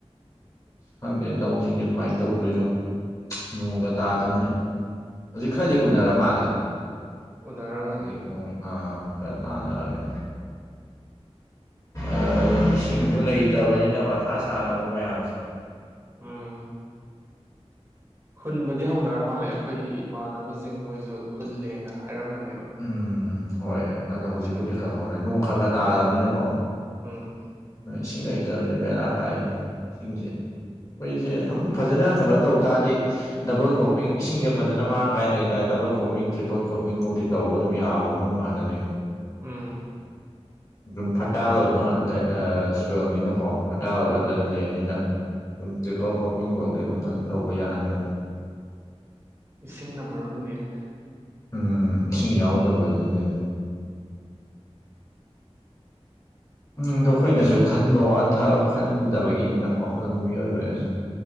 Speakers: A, on the left; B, on the right.
A: ꯈꯪꯗꯦ ꯂꯧꯁꯤꯡꯖꯦ ꯀꯃꯥꯏꯅ ꯇꯧꯗꯣꯏꯅꯣ ꯅꯣꯡꯒꯥ ꯇꯥꯗꯕꯅꯤ ꯍꯧꯖꯤꯛ ꯈꯔꯗꯤ ꯎꯅꯔ ꯃꯥꯜꯂꯦ
B: ꯎꯅꯔꯝꯃꯅꯤ
A: ꯍꯧꯖꯤꯛ ꯅꯣꯡ ꯑꯥ ꯈꯔ ꯇꯥꯟꯅꯔꯝꯅꯦ ꯑꯥ
B: ꯑꯣ
A: ꯏꯁꯤꯡꯖꯨ ꯂꯩꯇꯕꯅꯤꯅ ꯃꯊꯥ ꯁꯥꯟꯅꯕ ꯃꯌꯥꯝꯁꯦ
B: ꯎꯝ ꯍꯨꯟꯕꯗꯤ ꯍꯧꯅꯔ ꯃꯥꯜꯂꯦ ꯑꯩꯈꯣꯏ ꯏꯃꯥꯟꯅꯕꯁꯤꯡ ꯃꯣꯏꯁꯨ ꯍꯨꯜꯂꯦꯅ ꯍꯥꯏꯔꯝꯕꯅꯦꯕ
A: ꯎꯝ ꯍꯣꯏ ꯑꯗꯣ ꯍꯧꯖꯤꯛꯄꯨꯗꯤ
B: ꯁꯦꯝ
A: ꯈꯔ ꯈꯔ ꯍꯧꯔꯦ ꯅꯣꯡ ꯈꯔ ꯈꯔ ꯇꯥꯔꯛꯑꯕꯅꯤꯅꯀꯣ
B: ꯎꯝ
A: ꯏꯁꯤꯡ ꯂꯩꯇꯕꯖꯦ ꯕꯦꯔꯥꯈꯥꯏꯅꯤ ꯏꯁꯤꯡꯖꯦ ꯑꯩꯈꯣꯏꯖꯦ ꯑꯗꯨꯝ
B: ꯃꯥꯅꯦ
A: ꯐꯖꯅ ꯀꯩꯅꯣ ꯇꯧ ꯇꯥꯔꯗꯤ ꯗꯕꯜ ꯀ꯭ꯔꯣꯞꯄꯤꯡ ꯏꯁꯤꯡꯖꯦ ꯐꯖꯅ ꯃꯔꯥꯡ ꯀꯥꯏ ꯂꯩ ꯇꯥꯔꯗꯤ ꯗꯕꯜ ꯀ꯭ꯔꯣꯞꯄꯤꯡ ꯇ꯭ꯔꯤꯄꯜ ꯀ꯭ꯔꯣꯞꯄꯤꯡꯕꯧꯗꯤ ꯇꯧꯕ ꯑꯗꯨꯝ ꯌꯥꯕ ꯃꯐꯝ ꯃꯅꯥꯔꯦ
B: ꯎꯝ
A: ꯑꯗꯨꯝ ꯐꯔꯇꯥꯏꯜ
B: ꯃꯥꯅꯦ
A: ꯑꯣꯏꯕ ꯁꯣꯏꯜꯅꯤꯅꯀꯣ ꯐꯔꯇꯥꯏꯜ ꯑꯣꯏꯕ
B: ꯎꯝ
A: ꯂꯦꯟꯅꯤꯅ ꯑꯗꯨꯝ ꯇ꯭ꯔꯤꯄꯜ ꯋꯣꯄꯤꯡ ꯕꯥꯎꯗꯤ ꯑꯗꯨꯝ ꯐꯖꯅ ꯇꯧꯕ ꯌꯥꯅꯦꯕ
B: ꯏꯁꯤꯡꯅ ꯃꯔꯨꯅꯤꯅꯦ
A: ꯎꯝ ꯏꯁꯤꯡ ꯌꯥꯎꯗꯥꯕꯒꯤꯅꯦ ꯎꯝ ꯑꯗꯣ ꯑꯩꯈꯣꯏꯅꯖꯨ ꯈꯟꯕ ꯋꯥꯊ ꯈꯟꯗꯥꯕꯒꯤꯅꯤꯗꯥ ꯀꯣ ꯑꯗꯨꯝ ꯃꯤꯑꯣꯏꯕꯖꯦ